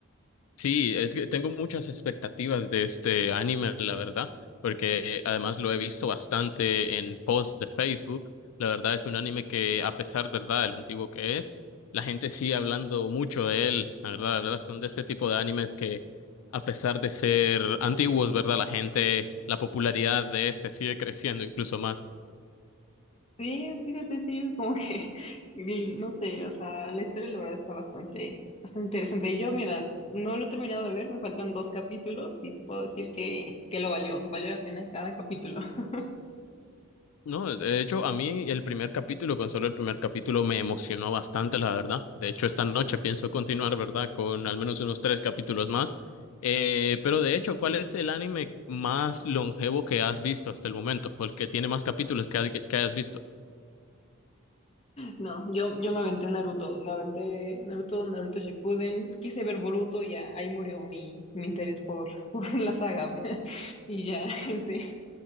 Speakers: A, on the left; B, on the left.
A: Sí, es que tengo muchas expectativas de este anime, la verdad, porque además lo he visto bastante en posts de Facebook. La verdad es un anime que, a pesar, ¿verdad?, de lo antiguo que es, la gente sigue hablando mucho de él, la verdad, la verdad, son de este tipo de animes que, a pesar de ser antiguos, ¿verdad?, la gente, la popularidad de este sigue creciendo incluso más.
B: Sí, fíjate, sí, como que, <laughs> y no sé, o sea, la historia la verdad está bastante, bastante interesante. y Yo, mira, no lo he terminado de ver, me faltan dos capítulos y te puedo decir que, que lo valió, valió la pena cada capítulo. <laughs>
A: No, de hecho, a mí el primer capítulo, con solo el primer capítulo, me emocionó bastante, la verdad. De hecho, esta noche pienso continuar, ¿verdad? Con al menos unos tres capítulos más. Eh, pero de hecho, ¿cuál es el anime más longevo que has visto hasta el momento? ¿O el que tiene más capítulos que, hay- que hayas visto?
B: No, yo, yo me aventé Naruto, me aventé Naruto, Naruto Shippuden, quise ver Boruto y ya ahí murió mi, mi interés por, <laughs> por la saga. <laughs> Y ya, <laughs> sí,